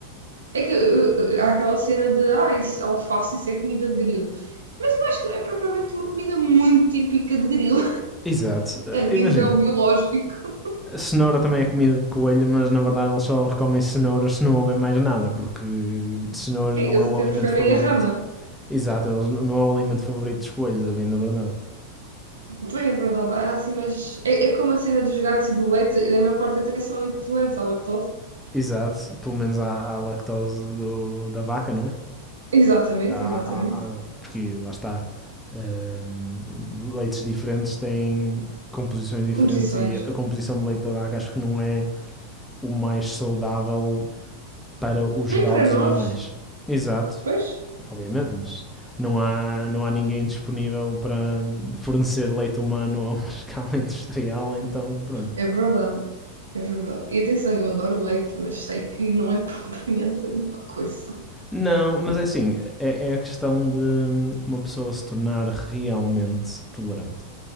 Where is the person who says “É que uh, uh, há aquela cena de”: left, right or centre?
Right